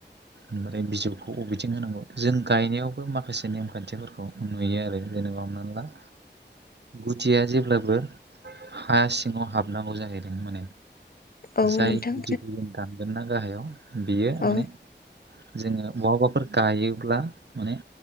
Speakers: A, on the right; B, on the left.
A: ओमफ्राय बिजौखौ बबेथिं होनांगौ जों गायनायावबो माखासे नेमखान्थिफोरखौ नुयो आरो जेनेबा हमनानै ला गुदिया जेब्लाबो हा सिङाव हाबनांगौ जाहैदों माने
B: औ
A: जाय
B: नोंथां
A: गुदिखौ जों दानगोन ना गाहायाव बेयो
B: औ
A: माने जोङो बहाबाफोर गायोब्ला माने